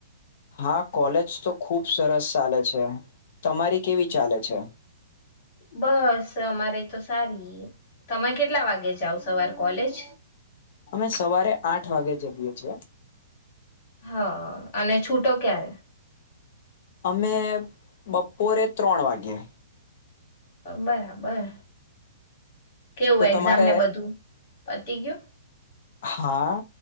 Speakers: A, on the left; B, on the left.
A: હા કોલેજ તો ખુબ સરસ ચાલે છે. તમારી કેવી ચાલે છે?
B: બસ અમારે તો સારી. તમે કેટલા વાગે જાાવ સવાર કોલેજ?
A: અમે સવારે આઠ વાગે જઈએ છીએ.
B: હા અને છૂટો ક્યારે?
A: અમે બપોરે ત્રણ વાગ્યે.
B: બરાબર. કેવું
A: તો
B: એક્ઝામ
A: તમારે
B: ને બધું પતીકું
A: હા